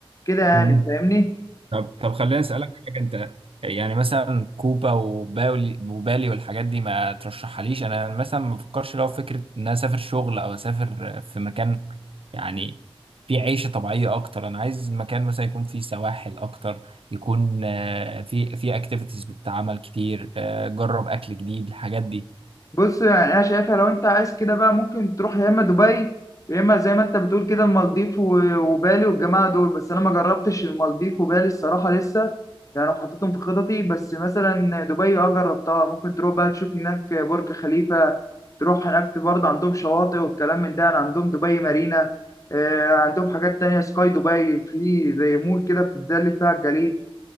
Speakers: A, on the left; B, on the right.
A: كده يعني
B: حقيقي.
A: فاهمني
B: طب طب خليني اسالك حاجه انت يعني مثلا كوبا وباولي وبالي والحاجات دي ما ترشحهاليش انا مثلا ما بفكرش لو فكره ان انا اسافر شغل او اسافر في مكان يعني فيه عيشه طبيعيه اكتر انا عايز مكان مثلا يكون فيه سواحل اكتر يكون آه، فيه فيه اكتيفيتيز بتتعمل كتير آه، جرب اكل جديد الحاجات دي
A: بص يعني انا شايفها لو انت عايز كده بقى ممكن تروح يا اما دبي يا اما زي ما انت بتقول كده المالديف و- وبالي والجماعه دول بس انا ما جربتش المالديف وبالي الصراحه لسه يعني أنا حطيتهم في خططي بس مثلا دبي اه جربتها ممكن تروح بقى تشوف هناك برج خليفه تروح هناك برضه عندهم شواطئ والكلام من ده يعني عندهم دبي مارينا آه، عندهم حاجات تانية سكاي دبي في زي مول كده بتتزلج فيها على الجليد